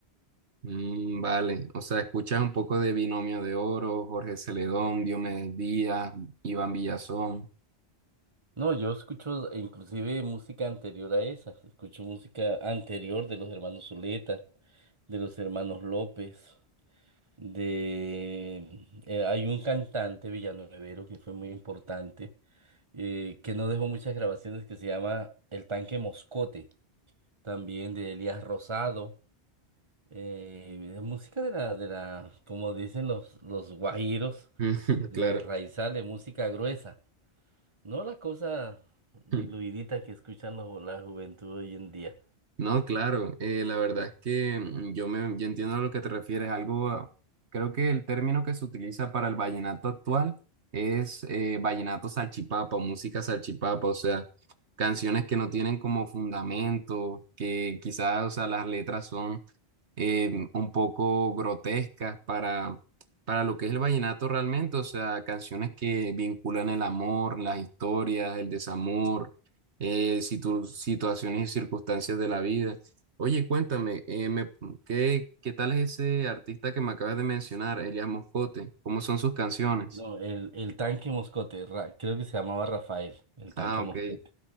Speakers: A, on the right; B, on the right.
A: Mm, vale, o sea, escuchas un poco de Binomio de Oro, Jorge Celedón, Diomedes Díaz, Iván Villazón.
B: No, yo escucho inclusive música anterior a esa, escucho música anterior de los hermanos Zuleta. de los hermanos López, de eh, hay un cantante villanuevero que fue muy importante, eh, que no dejó muchas grabaciones, que se llama El Tanque Moscote, también de Elías Rosado, eh, de música de la, de la, como dicen los, los guajiros,
A: <laughs>
B: de
A: Claro.
B: raizales, música gruesa, no la cosa diluidita
A: <laughs>
B: que escuchan los- la juventud hoy en día.
A: No, claro, eh, la verdad es que mm, yo, me, yo entiendo a lo que te refieres. Algo, ah, creo que el término que se utiliza para el vallenato actual es eh, vallenato salchipapa, música salchipapa, o sea, canciones que no tienen como fundamento, que quizás, o sea, las letras son eh, un poco grotescas para, para lo que es el vallenato realmente, o sea, canciones que vinculan el amor, las historias, el desamor, eh, situ- situaciones y circunstancias de la vida. Oye, cuéntame, eh, me- ¿qué, qué tal es ese artista que me acabas de mencionar, Elias Moscote? ¿Cómo son sus canciones?
B: No, el, el tanque Moscote, Ra- creo que se llamaba Rafael, el tanque
A: Ah, ok.
B: Moscote.